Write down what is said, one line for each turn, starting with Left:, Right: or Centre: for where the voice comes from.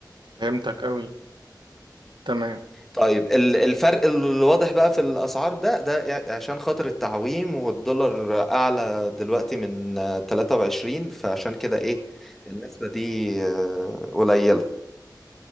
Right: فهمتك أوي تمام
Centre: طيب ال- الفرق الواضح بقى في الأسعار ده ده يع- عشان خاطر التعويم والدولار أعلى دلوقتي من آه، 23 فعشان كده إيه النسبة دي آه، قليلة